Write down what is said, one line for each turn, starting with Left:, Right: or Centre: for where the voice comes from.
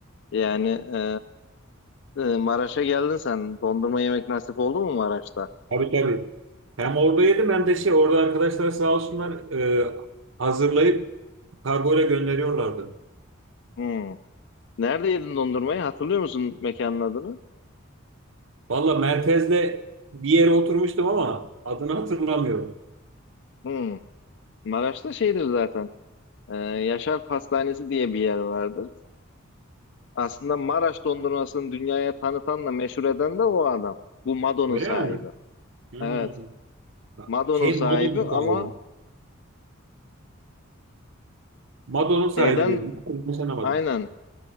Left: Yani e, e, Maraş'a geldin sen. Dondurma yemek nasip oldu mu Maraş'ta?
Right: Tabii tabii. Hem orada yedim hem de şey orada arkadaşlar sağ olsunlar e, hazırlayıp kargoyla gönderiyorlardı.
Left: Hmm. Nerede yedin dondurmayı? Hatırlıyor musun mekanın adını?
Right: Valla merkezde bir yere oturmuştum ama adını hatırlamıyorum.
Left: Hmm. Maraş'ta şeydir zaten. Ee, Yaşar Pastanesi diye bir yer vardır. Aslında Maraş dondurmasını dünyaya tanıtanla meşhur eden de o adam. Bu Mado'nun
Right: Öyle
Left: sahibi.
Right: mi? Hmm.
Left: Evet, Mado'nun
Right: Şey
Left: sahibi
Right: Mado'nun
Left: ama
Right: sahibi. Mado'nun sahibi
Left: şeyden
Right: dedim. Konuşamadım.
Left: aynen